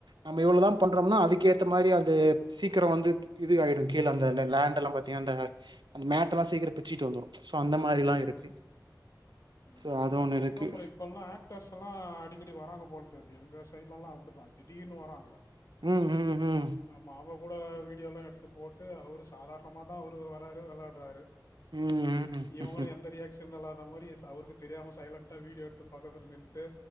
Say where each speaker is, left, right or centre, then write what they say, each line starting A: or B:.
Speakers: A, on the right (about 80°); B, on the left (about 45°).
A: நம்ம இவ்ளோதா பண்றோம்னா அதுக்கேத் த மாரி அது சீக்கிறோ வந்து இது ஆயிடு கீழ அந்த லேண்ட் எல்லா பாத்தீனா அந்த அந்த மேட்டுலா சீக்கிரம் பிச்சிட்டு வந்துரும் சோ அந்த மாரில்லாம்
B: ம்
A: இருக்கு
B: ம் ம்
A: சோ அது ஒண்ணு இருக்கு
B: அதான் ப்ரோ இப்பெல்லாம் ஆக் டர்ஸ் எல்லா அடிக்கடி வராங்க போல தெருது எங்க சைட் எல்லா அப்டிதா திடீர்னு வராங்க
A: ம் ம் ம்
B: ஆமா அவுங்க கூட வீடியோலா எடுத்து போட்டு அவரு சாதாரணமாதா அவரு வறாரு வெளயாட்றாரு
A: ம் ம்
B: இவங்களும்
A: ம் ம்
B: எந்த ரியாக்க்ஷன் இல்லாத மாரி ச அவருக்கு தெரியாம சைலண்ட்டா வீடியோ எடுத்து பக்கத்துல நின்ட்டு